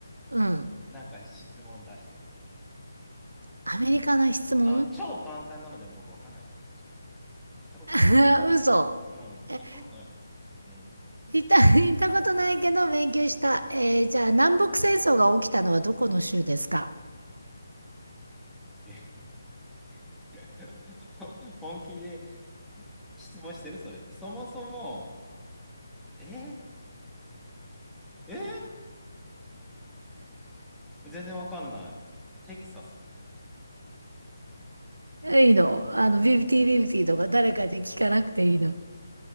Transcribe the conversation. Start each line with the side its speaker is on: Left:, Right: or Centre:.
Right: うん。
Centre: なんか質問出してみてじゃん。
Right: アメリカの質問
Centre: あ、超簡単なのでも僕わかんないかも、もしかしたら。行ったことないから。
Right: <laughs> 嘘。
Centre: うん。
Right: え、
Centre: 行ったことないからさ。うん。
Right: 行った、<laughs> 行ったことないけど勉強した。えーじゃあ、南北戦争が起きたのはどこの州ですか
Centre: え <laughs> 本気で質問してるそれ。そもそも、ええ全然わかんない。テキサス
Right: いいの。あの、ビブティビブティとか誰かで聞かなくていいの。